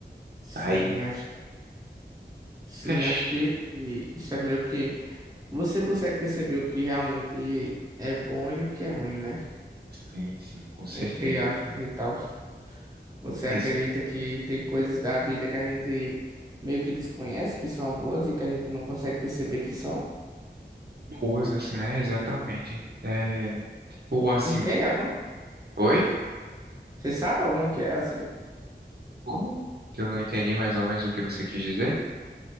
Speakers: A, on the right; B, on the right.
A: Sim,
B: Aí,
A: acho, sim,
B: fecha.
A: acho que isso é meio que. Você consegue perceber o que realmente é bom e o que é ruim, né?
B: Sim, sim, com certeza.
A: Entre aspas e tal. Você
B: Ex
A: acredita que tem coisas da vida que a gente meio que desconhece que são boas e que a gente não consegue perceber que são?
B: boas, assim, né? Exatamente. É, tipo assim,
A: Entende alguma?
B: oi?
A: Você sabe alguma que é assim?
B: Como? Que eu não entendi mais ou menos o que você quis dizer.